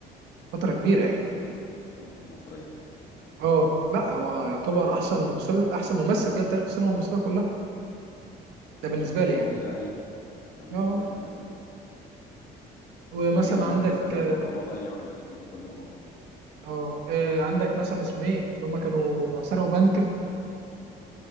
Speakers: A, on the right (about 85°); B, on the left (about 55°).
A: فتره كبيره يعني
B: السينما السينما المصرية فعلا
A: اه لا هو يعتبر
B: عشان
A: احسن مسل... احسن ممثل جه في تاريخ السينما المصريه كلها
B: عشان
A: ده بالنسبه
B: كده
A: لي
B: سموه
A: يعني
B: الزعيم سموه
A: اه
B: الزعيم عادل إمام
A: ومثلا
B: إلى جانب
A: عندك
B: مسلسلاته الرمضانية بقى اللي بتجي في كل رمضان
A: اه آه، عندك مثلا اسمه ايه اللي هم كانوا سرقوا بنك في